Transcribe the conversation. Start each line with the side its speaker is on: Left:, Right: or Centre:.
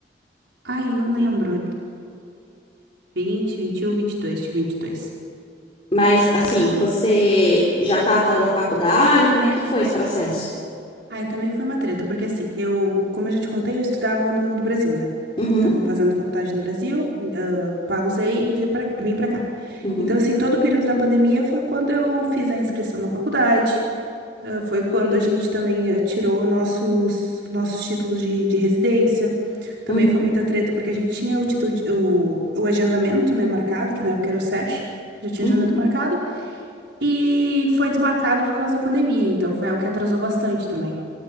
Right: Ai, não lembro, 19, 20, 21, 22, tinha 22,
Left: Mas, assim,
Right: e 27.
Left: você já estava na faculdade? Como é que foi esse processo?
Right: Aí também foi uma treta, porque assim, eu, como eu já te contei, eu estudava no, no Brasil, né?
Left: Uhum.
Right: Tava fazendo faculdade no Brasil, ah, pausei e vim pra, vim pra cá.
Left: Uhum.
Right: Então, assim, todo o período da pandemia foi quando eu fiz a inscrição na faculdade, ah, foi quando a gente também ah, tirou nossos, nossos títulos de, de residência. Também
Left: Uhum.
Right: foi muita treta, porque a gente tinha o título, de- o, o agendamento, né, marcado, que na época era o SESH, já tinha
Left: Uhum.
Right: agendamento marcado, e foi desmarcado por causa da pandemia, então foi algo que atrasou bastante também.